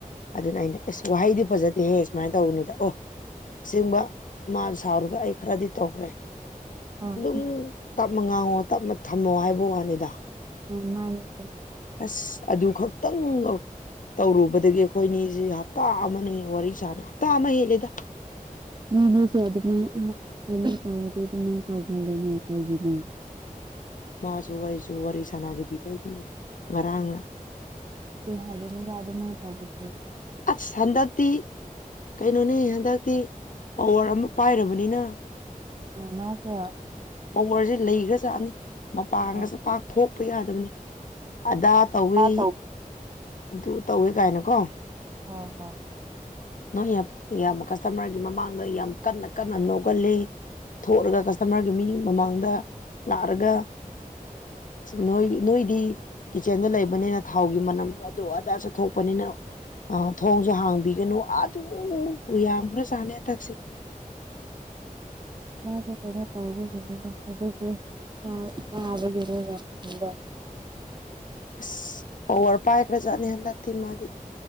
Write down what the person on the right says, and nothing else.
ꯑꯣ
ꯎꯝ ꯃꯥꯅꯤ
ꯃꯤꯅꯦꯁꯦ ꯑꯗꯨꯃꯥꯏꯅ ꯑꯁ ꯀꯩꯅ ꯇꯧꯔꯗꯤ ꯑꯗꯨꯃꯥꯏꯅ ꯇꯧꯒꯗꯦꯅꯦ ꯑꯩ ꯀꯔꯤꯒꯤꯅꯣ
ꯑ ꯍꯥꯏꯗꯅꯤ ꯔꯗ ꯃ ꯂꯁ
ꯑ ꯃꯥꯖ
ꯑꯣ
ꯑꯣ
ꯑ
ꯍ ꯍꯣ
ꯃꯥꯁꯨ ꯀꯩꯅ ꯇꯥꯎꯕ ꯍꯧꯖꯤ ꯀ ꯑꯗꯔ <unintelligible>